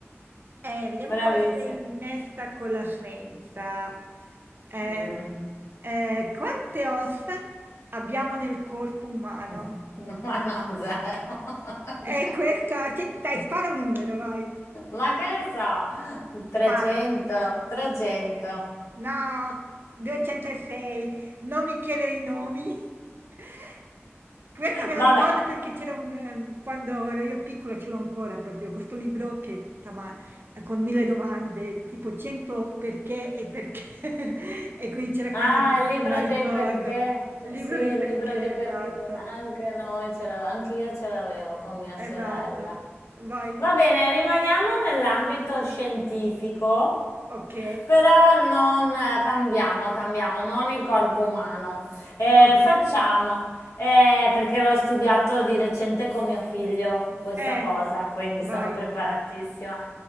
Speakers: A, on the right; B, on the left.
A: Eh, vediamo
B: Bravissima.
A: come sei messa con la scienza. Eh,
B: Mm.
A: eh, quante ossa abbiamo nel corpo umano?
B: <laughs> Ma no, zero. <laughs>
A: Eh, questa... Dai, spara un numero, vai.
B: Ma che ne so,
A: Spara.
B: 300, 300.
A: No, 206, non mi chiedere i nomi. <laughs> Questa me la
B: Vabbè.
A: ricordo perché c'era un, ehm, quando ero io piccola, ce l'ho ancora proprio, questo libro che insomma, è con mille domande, tipo 100 perché e perché. <laughs> E quindi c'era
B: Ah,
A: questa, per questa
B: il libro
A: me la ricordo.
B: dei perché.
A: Il
B: Eh
A: libro
B: Sì, il
A: dei perché,
B: libro dei perché.
A: esatto,
B: Anche noi ce l'avevamo, anche io ce l'avevo con mia
A: esatto.
B: sorella.
A: Vai,
B: Va bene, rimaniamo nell'ambito scientifico,
A: ok,
B: però non eh, cambiamo, cambiamo, non il corpo umano. Eh,
A: ok,
B: facciamo, eh, perché l'ho studiato di recente con mio figlio questa
A: eh,
B: cosa, quindi
A: vai.
B: sono preparatissima.